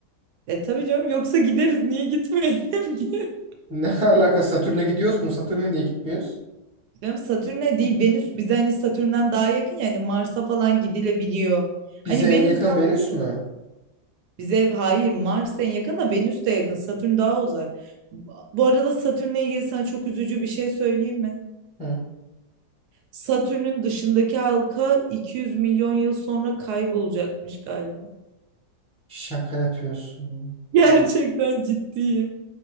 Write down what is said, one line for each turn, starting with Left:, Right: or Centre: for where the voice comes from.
Right: E tabii canım yoksa gideriz niye gitmeyelim ki? <laughs>
Centre: Ne <laughs> alaka Satürn'e gidiyoruz mu? Satürn'e niye gitmiyoruz?
Right: Canım Satürn'e değil Venüs bize hani Satürn'den daha yakın yani Mars'a falan gidilebiliyor.
Centre: Bize
Right: Hani Venüs
Centre: en yakın Venüs mü?
Right: bize hayır Mars en yakın da Venüs de yakın Satürn daha uzak. Bu arada Satürn'le ilgili sana çok üzücü bir şey söyleyeyim mi?
Centre: Hı.
Right: Satürn'ün dışındaki halka 200 milyon yıl sonra kaybolacakmış galiba.
Centre: Şaka yapıyorsun.
Right: Gerçekten ciddiyim.